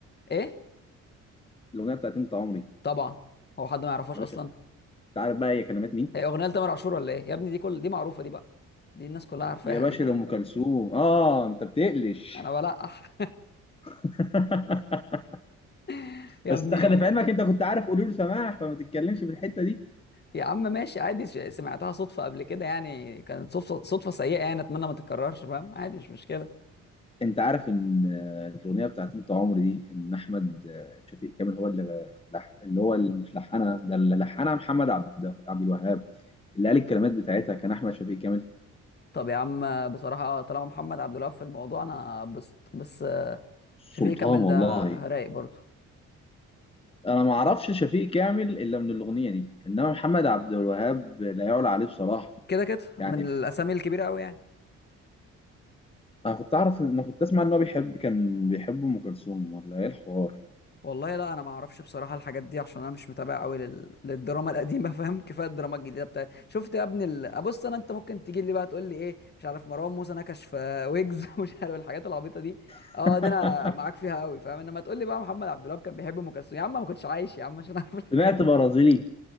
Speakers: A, on the left; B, on the left.
A: ايه
B: الاغنيه بتاعت انت عمري
A: طبعا هو حد ما يعرفهاش
B: يا
A: اصلا
B: باشا انت عارف بقى هي كلمات مين
A: هي اغنيه لتامر عاشور ولا ايه يا ابني دي كل دي معروفه دي بقى دي الناس كلها عارفاها
B: يا باشا
A: دي
B: لام كلثوم اه انت بتقلش
A: انا بلقح
B: <laughs>
A: <laughs> يا
B: بس
A: ابني
B: انت خلي في علمك انت كنت عارف قولوا له سماح فما تتكلمش في الحته دي
A: يا عم ماشي عادي ش- سمعتها صدفة قبل كده يعني كانت صدفة صدفة سيئة يعني أتمنى ما تتكررش فاهم عادي مش مشكلة
B: انت عارف ان آه، الاغنيه بتاعت انت عمري دي ان احمد آه، شفيق كامل هو اللي لح- اللي هو اللي مش لحنها ده اللي لحنها محمد عبد عبد الوهاب اللي قال الكلمات بتاعتها كان احمد شفيق كامل
A: طب يا عم بصراحة طالما محمد عبد الوهاب في الموضوع أنا بس بس
B: سلطان
A: شفيق كامل
B: والله
A: ده رايق برضه
B: انا ما اعرفش شفيق كامل الا من الاغنيه دي انما محمد عبد الوهاب لا يعلى عليه بصراحه
A: كده كده من
B: يعني ف...
A: الأسامي الكبيرة أوي يعني
B: انا كنت اعرف ان كنت اسمع ان هو بيحب كان بيحب ام كلثوم ولا ايه الحوار
A: والله لا انا ما اعرفش بصراحه الحاجات دي عشان انا مش متابع قوي لل... للدراما القديمه <laughs> فاهم كفايه الدراما الجديده بتاعت شفت يا ابني ال... بص انا انت ممكن تيجي لي بقى تقول لي ايه مش عارف مروان موسى نكش في ويجز <laughs> مش عارف الحاجات العبيطه دي
B: <laughs>
A: اه دي انا معاك فيها قوي فاهم انما تقول لي بقى محمد عبد الوهاب كان بيحب ام كلثوم يا عم ما كنتش عايش يا عم عشان اعرف الحاجات
B: سمعت
A: دي.
B: برازيلي